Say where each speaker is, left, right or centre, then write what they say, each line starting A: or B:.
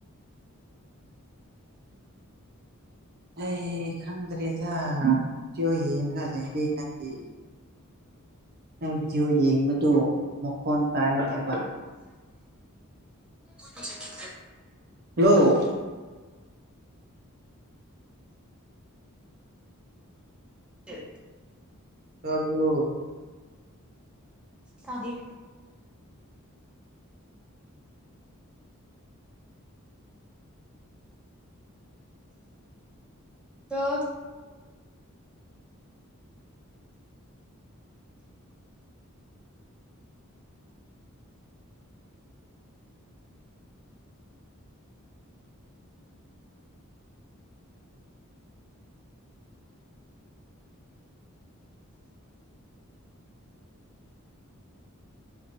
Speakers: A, on the right; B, in the centre.
A: ꯑꯩ ꯈꯪꯗ꯭ꯔꯦꯗ ꯕꯤꯗꯤꯑꯣ ꯌꯦꯡꯒ ꯂꯩꯔꯦ ꯅꯪꯗꯤ ꯅꯪ ꯚꯤꯗꯤꯑꯣ ꯌꯦꯡꯕꯗꯣ ꯃꯈꯣꯟ ꯇꯥꯏꯌꯦ ꯍꯥꯏꯕ
B: ꯈꯤ <unintelligible>
A: ꯍꯜꯂꯣ
B: ꯍ <unintelligible>
A: ꯇꯥꯕꯔꯣ
B: ꯇꯥꯌꯦ ꯇꯧꯔꯣ <unintelligible>